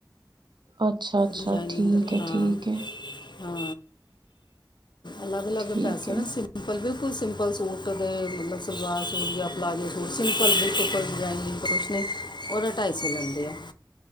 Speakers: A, on the right; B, on the left.
A: ਅੱਛਾ ਅੱਛਾ
B: ਡਿਜ਼ਾਇਨਿੰਗ
A: ਠੀਕ
B: ਦੇ
A: ਐ
B: ਹਾਂ
A: ਠੀਕ ਐ।
B: ਹਾਂ ਅਲੱਗ ਅਲੱਗ
A: ਠੀਕ
B: ਪੈਸੇ
A: ਹੈ
B: ਸ ਸਿੰਪਲ ਬਿਲਕੁਲ ਸਿੰਪਲ ਸੂਟ ਦੇ ਮਤਲਬ ਸਲਵਾਰ ਸੂਟ ਜਾਂ ਪਲਾਜੋ ਸੂਟ ਸਿੰਪਲ ਬਿਲਕੁਲ ਕੋਈ <unintelligible> <unintelligible> ਔਰ ਉਹ ਢਾਈ ਸੌ ਲੈਂਦੇ ਆ